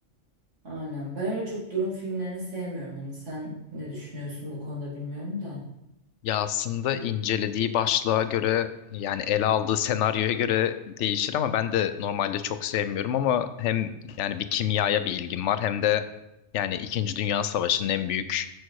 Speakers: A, on the right; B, on the left.
A: Aynen. Ben öyle çok durum filmlerini sevmiyorum. Hani sen ne düşünüyorsun bu konuda bilmiyorum da.
B: Ya aslında incelediği başlığa göre yani ele aldığı senaryoya göre değişir ama ben de normalde çok sevmiyorum ama hem yani bir kimyaya bir ilgim var hem de yani İkinci Dünya Savaşı'nın en büyük